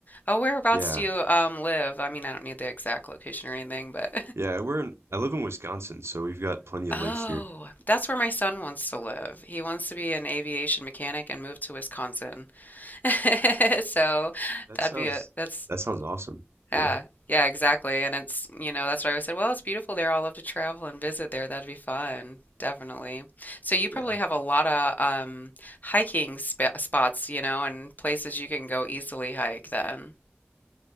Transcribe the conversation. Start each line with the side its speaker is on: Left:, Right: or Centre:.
Left: Oh, whereabouts
Right: Yeah,
Left: do you um live? I mean, I don't need the exact location or anything, but
Right: yeah. We're in. I live in Wisconsin, so we've got
Left: <laughs>
Right: plenty of
Left: Oh,
Right: lakes here.
Left: that's where my son wants to live. He wants to be an aviation mechanic and move to Wisconsin. <laughs> So
Right: That
Left: that'd
Right: sounds
Left: be a that's
Right: that sounds awesome. Yeah,
Left: Yeah, yeah, exactly. And it's, you know, that's why I always said, well, it's beautiful there. I'll love to travel and visit there. That'd be fun. Definitely. So you probably
Right: yeah.
Left: have a lot of um hiking sp spots, you know, and places you can go easily hike then.